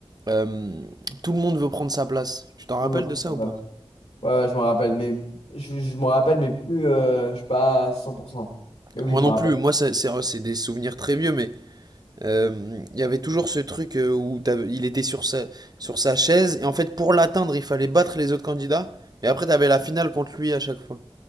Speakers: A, on the right (about 40°); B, on the left (about 85°).
A: Euh, tout le monde veut prendre sa place. Tu t'en rappelles
B: Ouais, mais pourquoi
A: de ça ou
B: pas
A: pas?
B: Ouais, ouais, je me rappelle. Mais je, je me rappelle, mais plus. euh, je suis pas à 100%. Mais oui,
A: Moi
B: je
A: non
B: me rappelle.
A: plus. Moi, ça- c'est c'est des souvenirs très vieux, mais Euh, il y avait toujours ce truc euh, où t'avais- il était sur sa, sur sa chaise, et en fait, pour l'atteindre, il fallait battre les autres candidats, et après, t'avais la finale contre lui à chaque fois.